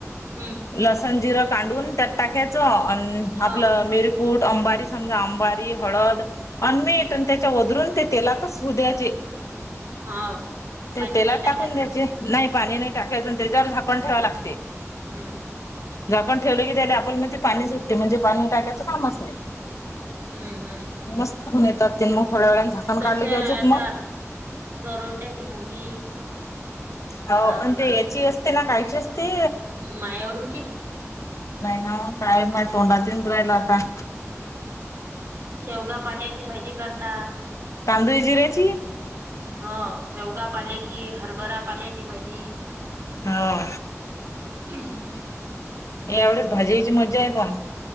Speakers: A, on the right; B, on the left.
A: हम.
B: लसण जिरं काढून त्यात टाकायचं आणि आपलं
A: हा
B: मिरकूट अंबारी समजा अंब अबा आंबे हळद आणि मीठ आणि त्याच्या बदलून ते तेलातच होऊ द्या य
A: हा
B: ते
A: पाणी
B: ते तिला
A: नाही टाकायचं
B: टाकून द्यायचे. नाही पाणी नाही टाकायचं पण त्याच्यावर झाकण ठेवावे लागते.
A: हम.
B: झाकण ठेवलं की त्याला आपण मन ते पाणी सुटते म्हणजे पाणी टाकायचं कामच नाही.
A: हुम हुम.
B: मस्त मिळतात ते मग थोड्या वेळाने झाकण
A: तशा
B: काढलं की अजून
A: आता
B: मग
A: तरोट्याची भाजी
B: हाऊ
A: अम
B: ती याची असते काय ची असते
A: मायाडूची
B: नायना ओ ताई माया तोंडात येऊन राहिलं आता.
A: शेवगा पाल्याची भाजी करता
B: तांदुळी जिऱ्याची?
A: हा शेवगा पाल्याची हरभरा पाल्याची भाजी
B: हौ.
A: उहु <unintelligible>
B: एवढ्याच भाजीची मज्जा आहे पण.